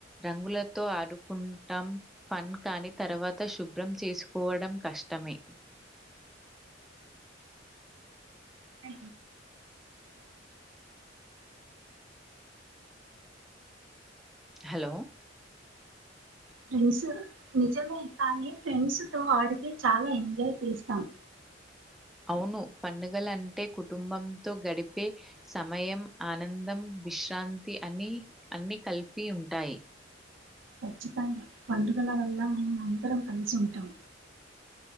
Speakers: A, in the centre; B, on the right (about 80°).
A: రంగులతో ఆడుకుంటాం ఫన్ కాని తర్వాత శుభ్రం చేసుకోవడం కష్టం టమే
B: ఆ
A: హలో
B: ఫ్రెండ్స్ నిజమే కానీ ఫ్రెండ్స్ తో ఆడితే చాలా ఎంజాయ్ చేస్తాం
A: అవును పండుగల అంటే కుటుంబంతో గడిపే సమయం ఆనందం విశ్రాంతి అని అన్ని కలిపి ఉంటాయి
B: ఖచ్చితంగా పండుగల వల్ల మనం అందరం కలిసి ఉంటాం